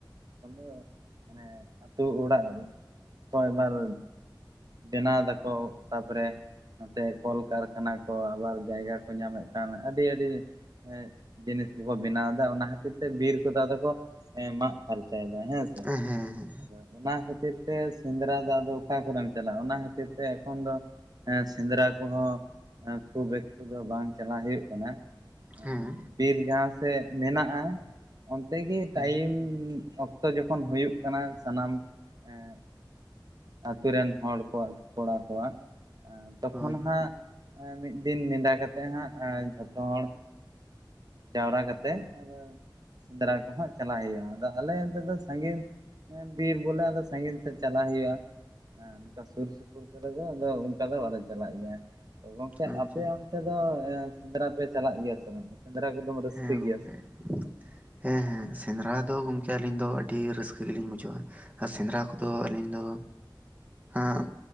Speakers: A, on the right; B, on the right.
A: <unintelligible> ᱢᱟᱱᱮ ᱟᱹᱛᱩ ᱚᱲᱟᱜ ᱠᱷᱚᱱ ᱮᱵᱟᱨ ᱵᱮᱱᱟᱣ ᱫᱟᱠᱚ ᱛᱟᱯᱚᱨᱮ ᱱᱚᱛᱮ ᱠᱚᱞ ᱠᱟᱨ ᱠᱷᱟᱱᱟ ᱠᱚ ᱟᱵᱟᱨ ᱡᱟᱭᱜᱟ ᱠᱚ ᱧᱟᱢᱮᱫ ᱠᱟᱱ ᱟᱹᱰᱤ ᱟᱹᱰᱤ ᱮᱸᱜ ᱡᱤᱱᱤᱥ ᱠᱚᱠᱚ ᱵᱮᱱᱟᱣᱮᱫᱟ ᱚᱱᱟ ᱠᱷᱟᱹᱛᱤᱨ ᱛᱮ ᱵᱤᱨ ᱠᱚᱫᱚ ᱟᱫᱚ ᱠᱚ ᱮᱸ ᱢᱟᱜ ᱯᱷᱟᱨᱪᱟᱭᱫᱟ ᱦᱮᱸ ᱥᱮ
B: ᱩᱸ ᱦᱩᱸ ᱦᱩᱸ᱾
A: ᱟᱫᱚ ᱚᱱᱟ ᱠᱷᱟᱹᱛᱤᱨ ᱛᱮ ᱥᱮᱸᱫᱽᱨᱟ ᱫᱚ ᱟᱫᱚ ᱚᱠᱟ ᱠᱚᱨᱮᱢ ᱪᱟᱞᱟᱜᱼᱟ, ᱚᱱᱟ ᱠᱷᱟᱹᱛᱤᱨ ᱛᱮ ᱮᱠᱷᱚᱱ ᱫᱚ ᱮᱸ ᱥᱮᱸᱫᱽᱨᱟ ᱠᱚᱦᱚᱸ ᱠᱷᱩᱵ ᱮᱠᱴᱩ ᱫᱚ ᱵᱟᱝ ᱪᱟᱞᱟᱣ ᱦᱩᱭᱩᱜ ᱠᱟᱱᱟ ᱮᱸ
B: ᱦᱮᱸ
A: ᱵᱤᱨ ᱡᱟᱦᱟᱸ ᱥᱮᱫ ᱢᱮᱱᱟᱜᱼᱟ ᱚᱱᱛᱮ ᱜᱮ
B: ᱦᱮᱸ
A: ᱴᱟᱭᱤᱢ ᱚᱠ ᱛᱚ ᱡᱚᱠᱷᱚᱱ ᱦᱩᱭᱩᱜ ᱠᱟᱱᱟ, ᱥᱟᱱᱟᱢ ᱮᱸᱜ ᱟᱹᱛᱩ ᱨᱮᱱ ᱦᱚᱲ ᱠᱚᱣᱟᱜ ᱠᱚᱲᱟ ᱠᱚᱣᱟᱜ ᱛᱚᱠᱷᱚᱱ
B: ᱦᱳᱭ
A: ᱦᱟᱸᱜ ᱮᱸ ᱢᱤᱫ ᱫᱤᱱ ᱱᱮᱰᱟ ᱠᱟᱛᱮᱜ ᱦᱟᱸᱜ ᱡᱷᱚᱛᱚ ᱦᱚᱲ ᱡᱟᱣᱨᱟ ᱠᱟᱛᱮ ᱟᱫᱚ ᱥᱮᱸᱫᱽᱨᱟ ᱠᱚᱦᱚᱸ ᱪᱟᱞᱟᱜ ᱦᱩᱭᱩᱜᱼᱟ ᱟᱫᱚ ᱟᱞᱮ ᱚᱱᱛᱮ ᱫᱚ ᱥᱟᱺᱜᱤᱧ ᱮᱸ ᱵᱤᱨ ᱵᱚᱞᱮ ᱟᱫᱚ ᱥᱟᱺᱜᱤᱧ ᱥᱮᱜ ᱪᱟᱞᱟᱜ ᱦᱩᱭᱩᱜᱼᱟ᱾ ᱦᱮᱸ ᱱᱚᱝᱠᱟ ᱥᱩᱨ ᱥᱩᱯᱩᱨ ᱠᱚᱨᱮ ᱫᱚ ᱟᱫᱚ ᱚᱱᱠᱟ ᱫᱚ ᱵᱟᱞᱮ ᱪᱟᱞᱟᱜ ᱜᱮᱭᱟ ᱜᱚᱝᱠᱮ
B: ᱟᱪᱪᱷᱟ
A: ᱟᱯᱮ ᱚᱱ ᱛᱮ ᱫᱚ ᱥᱮᱸᱫᱽᱨᱟ ᱯᱮ ᱪᱟᱞᱟᱜ ᱜᱮᱭᱟ ᱥᱮ ᱵᱟᱝ ᱥᱮᱸᱫᱽᱨᱟ ᱠᱚᱫᱚᱢ ᱨᱟᱹᱥᱠᱟᱹ
B: ᱦᱮᱸ ᱜᱚᱝᱠᱮ
A: ᱜᱮᱭᱟ ᱥᱮ ᱵᱟᱝ?
B: ᱦᱮᱸ ᱦᱮᱸ ᱥᱮᱸᱫᱽᱨᱟ ᱫᱚ ᱜᱚᱝᱠᱮ ᱟᱹᱞᱤᱧ ᱫᱚ ᱟᱹᱰᱤ ᱨᱟᱹᱥᱠᱟᱹ ᱜᱮᱞᱤᱧ ᱵᱩᱡᱷᱟᱹᱣᱟ᱾ ᱟ ᱥᱮᱸᱫᱽᱨᱟ
A: ᱟᱪᱪᱷᱟ
B: ᱠᱚᱫᱚ ᱟᱹᱞᱤᱧ ᱫᱚ ᱟᱸᱜ